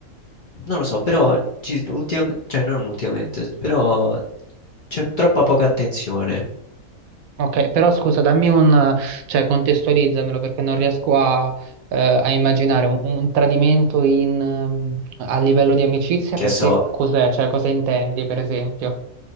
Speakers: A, on the left (about 50°); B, on the right (about 75°).
A: non lo so, però ci- ultim- cioè non ultimamente, però c'è troppa poca attenzione,
B: Ok, però scusa, dammi un, cioè contestualizzamelo perché non riesco a, eh, a immaginare un, un tradimento in, ehm, a livello di amicizia
A: che
B: per
A: so.
B: te cos'è? Cioè cosa intendi, per esempio?